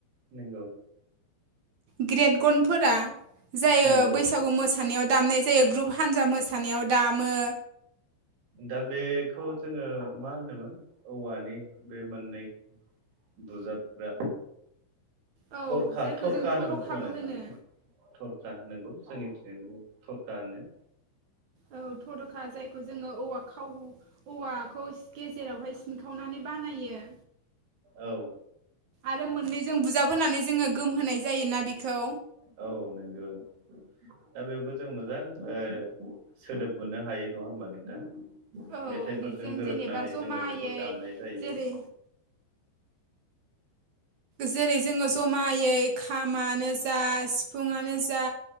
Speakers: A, on the right; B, on the right.
A: नंगौ
B: ग्रेट गनफोरा जायो
A: नंगौ
B: बैसागु मोसा नायाव दामनाय जायो ग्रुप हानजा मोसानायाव दामो।
A: दा बेखौ जोंङो मा होनोमोन औवानि बे मोननै बुजाबग्रा
B: औ
A: थरखा
B: जायखौ
A: थरखा
B: जों थर'खाबो
A: होनोमोन खोमा नोंथां?
B: होनो
A: थरखा नंगौ जोंनिथिंबो थरखा होनो
B: औ थरखा जायखौ जोङो औवा खाव औवाखौ गेजेरावहाय सिनखावनानै बानायो।
A: औ
B: आरो मोननैजों बुजाब होनानै जोङो गोमहोनाय जायोना बेखौ
A: औ नोंगौ दा बेयावबो जों मोजां ओ सोदोब मोननो हायो नङा होमबा नोंथां
B: औ
A: मेथाइफोरजों
B: बेजों
A: गोरोबनानै
B: जेनेबा जमायै
A: जोङो बेखौ दामनाय जायो।
B: जेरै जेरै जोङो जमायै खामानो जा सिफुुंआनो जा